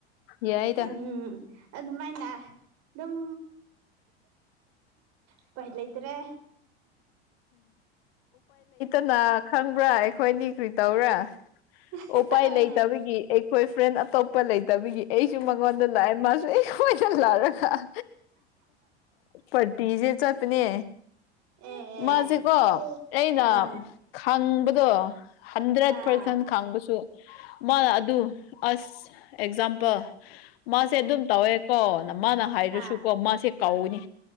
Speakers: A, on the left; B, on the right.
A: ꯌꯥꯏꯗ
B: ꯎꯝ ꯑꯗꯨꯃꯥꯏꯅ ꯑꯗꯨꯝ ꯎꯄꯥꯢ ꯂꯩꯇ꯭ꯔꯦ
A: ꯅ ꯈꯪꯕ꯭ꯔꯥ ꯑꯩꯈꯣꯏꯅꯤ ꯀ꯭ꯔꯤ ꯇꯧꯔꯦ
B: <unintelligible>
A: ꯎꯄꯥꯏ
B: ꯑꯥ
A: ꯂꯩꯇꯕꯒꯤ ꯑꯩꯈꯣꯏ ꯐ꯭ꯔꯦꯟ ꯑꯇꯣꯞꯄ ꯂꯩꯇꯕꯒꯤ ꯑꯩꯁꯨ ꯃꯉꯣꯟꯗ ꯂꯥꯛꯑꯦ ꯃꯥꯁꯨ ꯑꯩꯈꯣꯏꯗ ꯂꯥꯛꯑꯦ ꯄꯇꯤꯖꯦ ꯆꯠꯄꯅꯦ
B: ꯑꯦ
A: ꯃꯥꯁꯦꯀꯣ
B: ꯑꯥ
A: ꯑꯩꯅ
B: ꯑꯥ
A: ꯈꯪꯕꯗꯣ ꯍꯟꯗ꯭ꯔꯦꯠ
B: ꯑꯥ
A: ꯄꯥꯔꯁꯦꯟ ꯈꯪꯕꯁꯨ ꯃꯥꯅ ꯑꯗꯨ ꯑꯁ ꯑꯦꯛꯖꯥꯝꯄꯜ ꯃꯥꯁꯦ ꯑꯗꯨꯝ ꯇꯧꯋꯦꯀꯣ ꯃꯥꯅ ꯍꯥꯏꯗꯔꯁꯨꯀꯣ
B: ꯑꯥ
A: ꯃꯥꯁꯦ ꯀꯧꯒꯅꯤ